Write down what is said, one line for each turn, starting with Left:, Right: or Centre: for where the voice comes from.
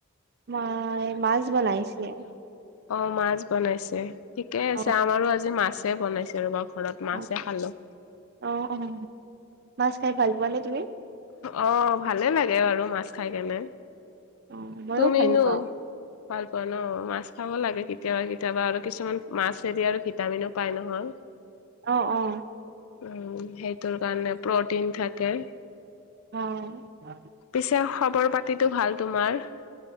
Right: মাই মাছ বনাইছে।
Left: অ' মাছ বনাইছে। ঠিকে আছে
Right: অ
Left: আমাৰো আজি মাছে বনাইছে ৰ'বা ঘৰত মাছে
Right: অ
Left: খালোঁ।
Right: অ' অ'। মাছ খাই ভাল পোৱা নে তুমি?
Left: অ' ভালেই লাগে বাৰু মাছ খাই কেনে।
Right: অ মইও
Left: তুমিনো
Right: ভাল পাওঁ
Left: ভাল পোৱা ন। মাছ খাব লাগে কেতিয়াবা কেতিয়াবা আৰু কিছুমান মাছেদি আৰু ভিটামিনো পায় নহয়। <inaudible>
Right: অ', অ'।
Left: উ হেইটোৰ কাৰণে প্ৰটিন থাকে।
Right: অ'।
Left: পিছে খবৰ পাতিতো ভাল তোমাৰ।